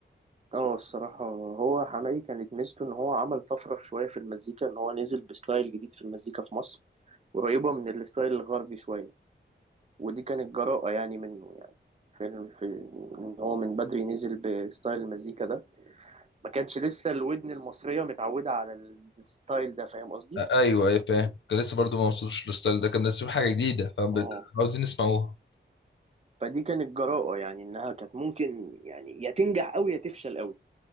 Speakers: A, on the right; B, on the left.
A: اه الصراحة هو حماقي كانت ميزته ان هو عمل طفرة شوية في المزيكا ان هو نزل بستايل جديد في المزيكا في مصر قريبة من الستايل الغربي شوية ودي كانت جراءة يعني منه يعني في, في ان هو من بدري نزل بستايل المزيكا ده ما كانش لسه الودن المصرية متعودة على الستايل ده فاهم قصدي؟
B: ايوه ايوه فاهم كان لسه برضو ما وصلوش للستايل ده كان منزلين حاجه جديده
A: اه
B: فعاوزين نسمعوها
A: فدي كانت جراءة يعني انها كانت ممكن يعني يا تنجح قوي يا تفشل قوي